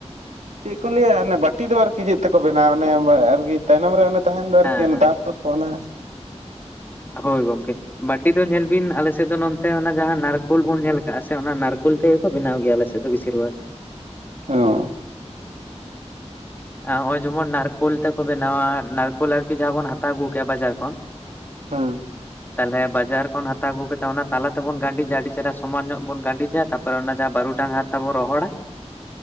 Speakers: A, on the right; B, on the left.
A: ᱪᱮᱫ ᱠᱚ ᱞᱟᱹᱭᱟ ᱵᱟᱹᱴᱤ ᱫᱚ ᱟᱨᱠᱤ ᱪᱮᱫ ᱛᱮᱠᱚ ᱵᱮᱱᱟᱣᱟ? ᱚᱱᱮ ᱟᱨᱠᱤ ᱛᱟᱭᱱᱚᱢ ᱨᱮ ᱛᱟᱦᱮᱱ ᱫᱚ ᱟᱨᱠᱤ
B: ᱦᱮᱸ
A: ᱫᱟᱵ ᱫᱚᱠᱚ ᱚᱱᱮ
B: ᱦᱳᱭ ᱜᱚᱝᱠᱮ ᱵᱟᱴᱤ ᱫᱚ ᱧᱮᱞ ᱵᱤᱱ ᱟᱞᱮᱥᱮᱫ ᱫᱚ ᱱᱚᱛᱮ ᱚᱱᱟ ᱡᱟᱦᱟᱸ ᱱᱟᱨᱠᱳᱞ ᱵᱚᱱ ᱧᱮᱞ ᱟᱠᱟᱜ-ᱟ ᱥᱮ ᱚᱱᱟ ᱱᱟᱨᱠᱳ ᱩᱞ ᱛᱮᱜᱮᱠᱚ ᱵᱮᱱᱟᱣ ᱜᱮᱭᱟ ᱟᱞᱮᱥᱮᱫ ᱫᱚ ᱵᱤᱥᱤᱨ ᱵᱷᱟᱜᱽ᱾
A: ᱚᱸ᱾
B: ᱱᱚᱜ ᱚᱭ ᱡᱮᱢᱚᱱ ᱱᱟᱨᱠᱳᱞ ᱛᱮᱠᱚ ᱵᱮᱱᱟᱣᱟ, ᱱᱟᱨᱠᱳᱞ ᱟᱨᱠᱤ ᱡᱟᱦᱟᱸ ᱵᱚᱱ ᱦᱟᱛᱟᱣ ᱟᱹᱜᱩ ᱠᱮᱫ-ᱟ ᱵᱟᱡᱟᱨ ᱠᱷᱚᱱ,
A: ᱦᱩᱸ᱾
B: ᱛᱟᱦᱚᱞᱮ ᱵᱟᱡᱟᱨ ᱠᱷᱚᱱ ᱦᱟᱛᱟᱣ ᱟᱹᱜᱩ ᱠᱟᱛᱮ ᱚᱱᱟ ᱛᱟᱞᱟ ᱛᱮᱵᱚᱱ ᱜᱟᱺᱰᱤᱡᱟ ᱟᱹᱰᱤ ᱪᱮᱦᱨᱟ ᱥᱩ ᱥᱚᱢᱟᱱ ᱧᱚᱜ ᱵᱚᱱ ᱜᱟᱺᱰᱤᱡᱟ, ᱛᱟᱯᱚᱨᱮ ᱚᱱᱟ ᱡᱟᱦᱟᱸ ᱵᱟᱨᱩ ᱰᱟᱝ ᱦᱟᱨᱛᱟ ᱵᱚᱱ ᱨᱚᱦᱚᱲᱟ,